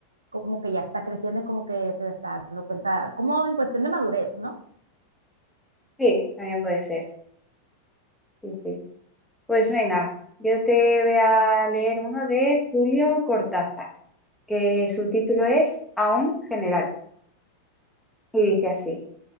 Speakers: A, on the right; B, in the centre.
A: como que ya está creciendo y como que se está dando cuenta, como en cuestión de madurez, ¿no?
B: Sí, también puede ser. Sí, sí. Pues venga, yo te voy a leer uno de Julio Cortázar, que su título es Aún General, y dice así: